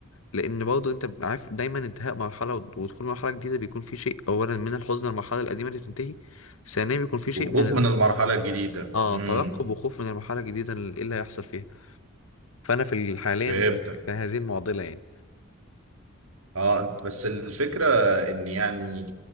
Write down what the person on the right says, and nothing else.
وخوف
من المرحله الجديده
امم
فهمتك
اه أنت- بس الفكرة ان يعني